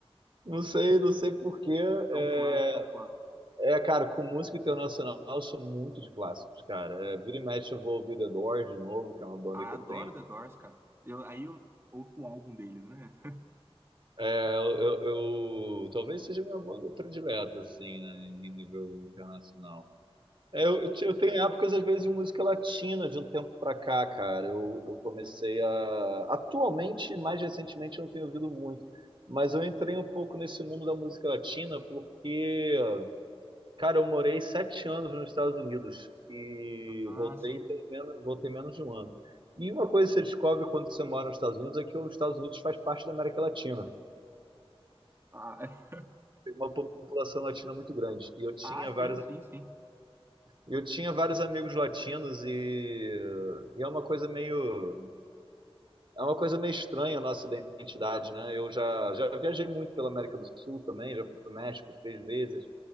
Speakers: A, on the right; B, on the right.
A: Não sei, não sei por que. É,
B: É um clássico, é um clássico.
A: é, cara, com música internacional eu sou muito de clássicos, cara. É, vira e mexe eu vou ouvir The Doors de novo, que é uma banda
B: Ah,
A: que eu
B: adoro
A: tenho
B: The Doors, cara. Eu, aí eu ouço o álbum deles, né?
A: É, eu, eu- eu- talvez seja minha banda predileta, assim, né, em nível internacional. É, eu, eu te- eu tenho épocas, às vezes, de música latina de um tempo pra cá, cara. Eu, eu comecei a. Atualmente, mais recentemente, eu não tenho ouvido muito. Mas eu entrei um pouco nesse mundo da música latina porque, cara, eu morei sete anos nos Estados Unidos e
B: Ah,
A: voltei
B: sim.
A: tem menos, voltei menos de um ano. E uma coisa que você descobre quando você mora nos Estados Unidos é que os Estados Unidos faz parte da América Latina.
B: Ah, <laughs>
A: uma população latina muito grande. E eu tinha
B: ah, sim,
A: vários,
B: sim, sim.
A: eu tinha vários amigos latinos e, e é uma coisa meio, é uma coisa meio estranha a nossa identidade, né? Eu já, já viajei muito pela América do Sul também, já fui para o México três vezes.